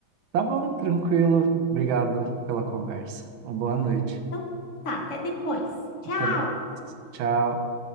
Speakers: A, on the right; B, on the left.
A: Tá bom, tranquilo. Obrigado pela conversa. Uma boa noite.
B: Então tá, até depois. Tchau!
A: Até depois. Tchau.